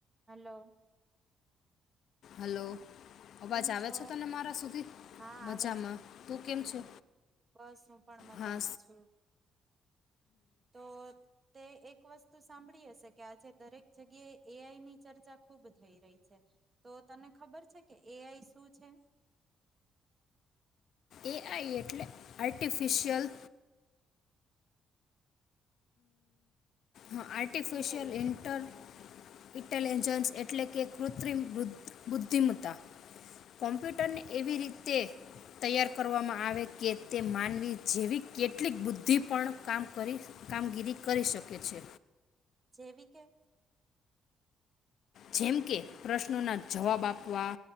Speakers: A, on the right; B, on the left.
A: Hello
B: hello- અવાજ
A: કેમ
B: આવે
A: છો
B: છે તોને મારા સુધી
A: હા
B: મજામાં
A: આવે છે
B: ત- કેમ છે.
A: બસ હું પણ મજામાં
B: હા
A: છું. તો તે એક વસ્તુ સાંભળી હશે કે આજે દરેક જગ્યાએ એઆઈ ની ચર્ચા ખુબ થઈ રહી છે તો તને ખબર છે કે એઆઈ શું છે?
B: એઆઈ એટલે આર્ટિફિશિયલ- હા artificial
A: intelligence
B: inter Italy artificial intelligence એટલે કૃત્રિમ બુદ્ધિમત્તા કમ્પ્યુટરને એવી રીતે તૈયાર કરવામાં આવે કે તે માનવી જેવી કેટલીક બુદ્ધિ પણ કામ કરી કામગીરી કરી શકે છે.
A: જેવી કે
B: જેમ કે પ્રશ્નોના જવાબ આપવા